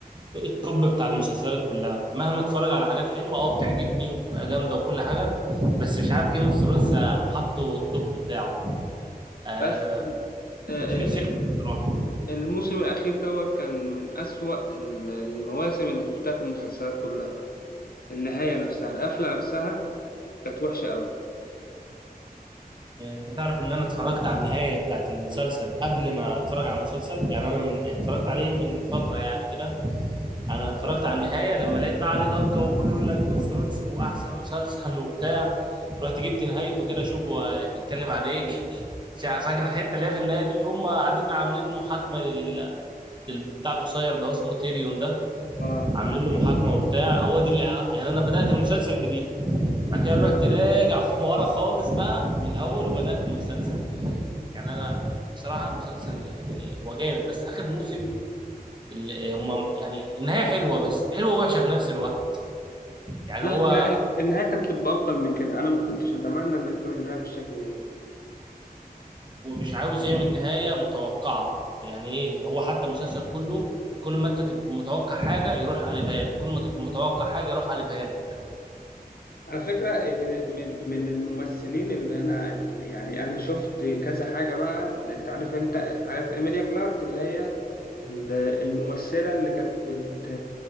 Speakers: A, on the right; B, on the left.
A: التوب بتاع المسلسلات كلها مهما اتفرج على حاجات حلوه اه بتعجبني وبتبقى جامده وكل حاجه بس مش عارف جيم اوف ثرونز حطوا التوب بتاعه آه
B: بس آه،
A: ما
B: آه،
A: كانش نفسي يخرج
B: آه،
A: بصراحه
B: الموسم الأخير دوت كان من أسوأ ال- المواسم اللي شفتها في المسلسلات كلها بقى. النهاية نفسها القفلة نفسها كانت وحشة أوي
A: آه، انت تعرف ان انا اتفرجت على النهايه بتاعت المسلسل قبل ما اتفرج على المسلسل يعني انا من اتفرجت عليه من فتره يعني كده انا اتفرجت على النهايه لما لقيت بقى عليه ضجه وكله يقول لك جيم اوف ثرونز واحسن مسلسل <laughs> وبتاع رحت جبت نهايته كده اشوفه بيتكلم عن ايه <laughs> شا- فاكر الحته اللي هي في النهايه دي اللي هم قاعدين عاملين محاكمه لل... لل- بتاع القصير ده اسمه تيريون ده
B: اه
A: عاملين له محاكمه وبتاع هو دي اللي يعني انا بدات المسلسل بدي بعد كده رحت راجع <laughs> ورا خالص بقى من اول وبدات المسلسل يعني انا بصراحه المسلسل يعني هو جامد بس اخر موسم اللي هم يعني النهايه حلوه بس حلوه ووحشه في نفس الوقت يعني
B: لا
A: هو
B: كان- النهاية كانت تبقى أفضل من كده أنا ما كنتش أتمنى إن تكون النهاية بالشكل ده
A: هو مش عاوز يعمل نهاية متوقعة يعني ايه هو حتى المسلسل كله كل ما انت تكون متوقع حاجة يروح قلبها لك كل ما تكون متوقع حاجة يروح قلبها لك
B: على فكرة إيه، من من من الممثلين اللي أنا يعني أنا شفت كذا حاجة بقى أنت عارف أنت عارف إيميليا كلارك اللي هي ال- الممثلة اللي كانت بت